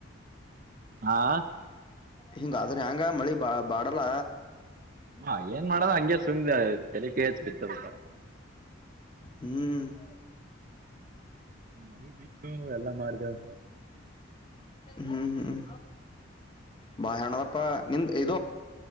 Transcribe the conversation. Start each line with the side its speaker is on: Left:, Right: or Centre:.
Right: ಹಾ
Left: ಹಿಂಗಾದ್ರ ಹೆಯಾಂಗ ಮಳಿ ಬಾ ಬಾಡಲ್ಲ
Right: ಹಾ ಏನ್ ಮಾಡದು ಹಂಗೆ ಸುಮ್ದ ತೆಲಕ್ಕೆಚ್ ಬಿತದಸ
Left: ಹ್ಮ್ <inaudible>
Right: ನಾವೇ ಬಿತ್ತು ಎಲ್ಲಾ ಮಾಡ್ದೇವ್
Left: ಹ್ಮ್ ಬಾಹಣದಪ್ಪ ನಿಂದ ಇ